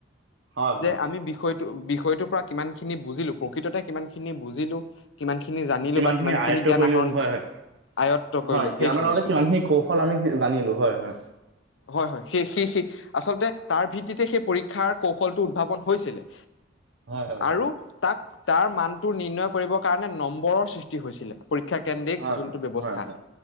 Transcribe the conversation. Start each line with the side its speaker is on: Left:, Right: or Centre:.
Right: হয়
Left: যে
Right: হয়
Left: আমি বিষয়টো বিষয়টোৰ পৰা কিমান খিনি বুজিলো প্ৰকৃততে কিমান খিনি বুজিলো কিমান খিনি জানিলো বা
Right: ি
Left: কিমানখিনি
Right: আয়ত্ব
Left: জ্ঞান
Right: কৰিলেও
Left: আহৰণ
Right: হয় হয়
Left: আয়ত্ব কৰিলো
Right: হয়
Left: সেইখিনি
Right: জ্ঞানৰ লগতে
Left: আচলতে
Right: কিমানখিনি কৌশল আমি জানিলো হয় হয়
Left: হয় হয় সেই সি সি আচল্ততে তাৰ ভিত্তিতে সেই পৰীক্ষাৰ কৌশলটো উদ্ভাৱন হৈছিলে
Right: হয় হয় হয়
Left: আৰু তাক তাৰ মানটো নিৰ্ণয় কৰিবৰ কাৰণে নম্বৰৰৃষ্ট হৈছিলে পৰীক্ষা কেন্দ্ৰিক
Right: হয়
Left: যোনটো
Right: হয়
Left: ব্যৱস্থা
Right: হয় হয়